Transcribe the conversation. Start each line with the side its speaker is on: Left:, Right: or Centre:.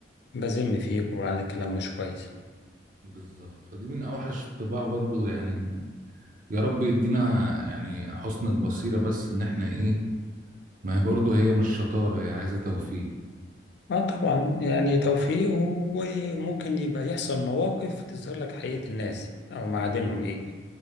Left: بذم فيك وعلى كلام مش كويس
Right: بالظبط فدي من اوحش الطباع برضو يعني يا رب يدينا يعني حسن البصيرة بس ان احنا ايه ما هي برضو هي مش شطارة هي عايزة توفيق
Left: اه طبعا يعني توفيق وممكن يبقى يحصل مواقف تظهر لك حقيقة الناس أو معادنهم إيه